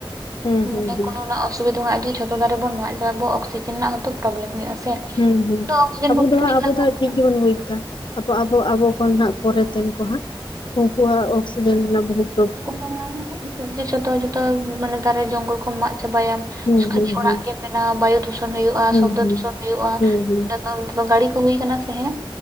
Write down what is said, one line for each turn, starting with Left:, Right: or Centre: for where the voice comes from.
Left: ᱦᱩᱸ
Right: ᱦᱩ
Left: ᱦᱩᱸ ᱦᱩᱸ
Right: ᱠᱳᱚᱱᱳ ᱚᱥᱩᱵᱤᱫᱟ ᱢᱮᱱᱟᱜᱼᱟ ᱡᱮ ᱡᱚᱛᱚ ᱫᱟᱨᱮ ᱵᱚᱱ ᱢᱟᱜᱮᱫᱟ ᱟᱵᱚ ᱚᱠᱥᱤᱡᱮᱱ ᱨᱮᱱᱟᱜ ᱦᱚᱛᱚ ᱯᱨᱚᱵᱽᱞᱮᱢ ᱦᱩᱭᱩᱜᱼᱟ ᱥᱮ
Left: ᱦᱩᱸ ᱦᱩᱸ
Right: ᱫᱚ ᱚᱠᱥᱤᱡᱮᱱ
Left: ᱟᱵᱚ
Right: ᱠᱚ
Left: ᱫᱚᱦᱟᱸᱜ
Right: ᱠᱤᱨᱤᱧ
Left: ᱟᱵᱚ
Right: ᱞᱟᱜᱟᱜ
Left: ᱫᱚᱦᱟᱸᱜ ᱴᱷᱤᱠ ᱜᱮᱵᱚᱱ ᱵᱩᱡ ᱮᱫᱟ ᱟᱵᱚ ᱟᱵᱚ ᱟᱵᱚ ᱠᱷᱚᱱ ᱦᱟᱸᱜ ᱯᱚᱨᱮ ᱛᱮᱱ ᱠᱚ ᱦᱟᱸᱜ ᱩᱱᱠᱩᱣᱟᱜ ᱚᱠᱥᱤᱡᱮᱱ ᱨᱮᱱᱟᱜ ᱵᱚᱦ
Right: <unintelligible> ᱡᱚᱛᱚ ᱡᱚᱛᱚ ᱢᱟᱱᱮ ᱫᱟᱨᱮ ᱡᱚᱝᱜᱚᱞ ᱠᱚ ᱢᱟᱜ ᱪᱟᱵᱟᱭᱟᱢ
Left: ᱦᱩᱸ
Right: ᱠᱷᱟᱹᱞᱤ
Left: ᱦᱩᱸ
Right: ᱚᱲᱟᱜ
Left: ᱦᱩᱸ
Right: ᱜᱮᱢ ᱵᱮᱱᱟ ᱵᱟᱭᱩ ᱫᱷᱩᱥᱚᱱ ᱦᱩᱭᱩᱜᱼᱟ
Left: ᱦᱩᱸ
Right: ᱥᱚᱵᱽᱫᱚ
Left: ᱦᱩᱸ
Right: ᱫᱷᱩᱥᱚᱱ ᱦᱩᱭᱩᱜᱼᱟ
Left: ᱦᱩᱸ ᱦᱩᱸ
Right: ᱮᱱᱟ. ᱛᱟᱭᱚ ᱜᱟᱲᱤ ᱠᱚ ᱦᱩᱭ ᱟᱠᱟᱱᱟ ᱥᱮ ᱦᱮᱸ